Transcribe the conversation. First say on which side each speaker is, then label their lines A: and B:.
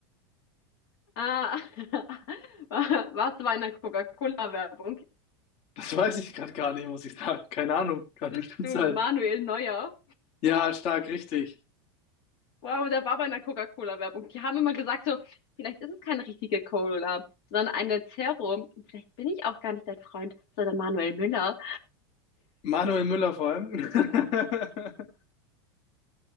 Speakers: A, on the left (about 65°); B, on the left (about 50°).
A: Ah, <laughs> warst du bei einer Coca-Cola-Werbung?
B: Das weiß ich gerade gar nicht, muss ich sagen. Keine Ahnung, kann
A: Bist
B: bestimmt
A: du
B: sein.
A: Manuel Neuer?
B: Ja, stark, richtig.
A: Wow, der war bei einer Coca-Cola-Werbung. Die haben immer gesagt, so, vielleicht ist es keine richtige Cola, sondern eine Zero. Und vielleicht bin ich auch gar nicht dein Freund, sondern Manuel Müller.
B: Manuel Müller vor allem. <laughs>